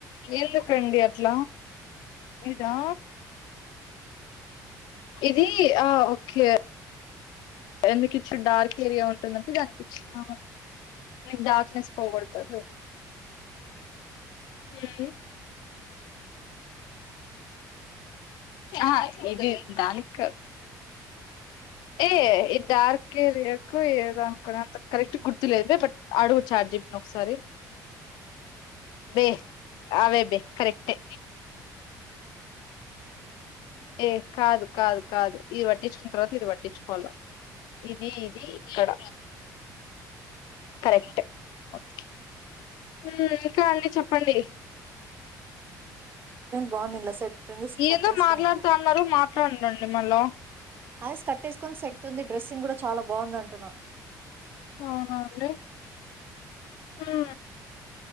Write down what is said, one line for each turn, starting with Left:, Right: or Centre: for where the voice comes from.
Left: ఎందుకండి అట్లా ఇదా ఇది ఆ ఒక్కే ఎందుకు ఇచ్చిండు డార్క్ ఏరియా ఉంటుందంటే దానికి ఇచ్చిండు డార్క్నెస్ పోగొడ తదని ఉహు ఆ ఇది దానికాదు ఏఇది డార్క్ ఏరియాకో ఏదో అనుకున్నంత కరెక్ట్ గుర్తులేదు బట్ అడుగు చాట్ దింపనా ఒకసారి వే ఆ వే కరెక్టే ఏ కాదు కాదు కాదు ఇది పట్టించుక్ తర్వాత ఇది పట్టించుకోవాల ఇది ఇది ఇక్కడ కరెక్టే ఓకే ఉమ్ ఇంకా అండి చెప్పండి
Right: బావుంది ఇందుల సెట్ ఉంది
Left: ఏందో
Right: కట్టేసుకొని
Left: మాట్లాడుతా అన్నారు మాట్లాడండి మళ్ళ
Right: అదే స్కర్ట్ ఎస్కొని సెట్ ఉంది డ్రెస్సింగ్ కూడా చాలా బాగుంది అంటున్నా
Left: అవునా అండి హూ